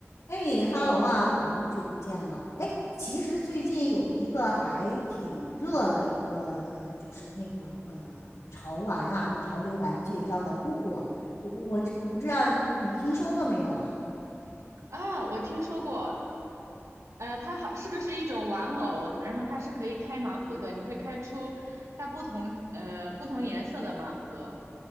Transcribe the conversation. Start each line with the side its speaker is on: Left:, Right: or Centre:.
Left: 哎哈喽啊，好久不见了。哎，其实最近有一个还挺热的一个呃，就是那个呃潮玩啊，就潮流玩具，叫做布布。我我我知我不知道你你听说过没有啊？
Right: 啊，我听说过，呃，它好，是不是一种玩偶？然后它是可以开盲盒的，你会开出它不同呃不同颜色的盲盒。